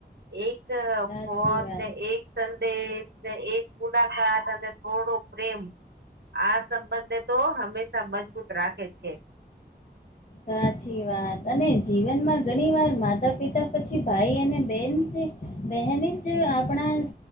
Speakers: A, on the right; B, on the left.
A: એક
B: સાચી
A: ફોનને
B: વાત.
A: એક સંદેશ ને એક મુલાકાત અને થોડો પ્રેમ આ સંબંધને તો હંમેશા મજબૂત રાખે છે
B: સાચી વાત અને જીવનમાં ઘણી વાર માતા પિતા પછી ભાઈ અને બેન છે બહેન જ આપણા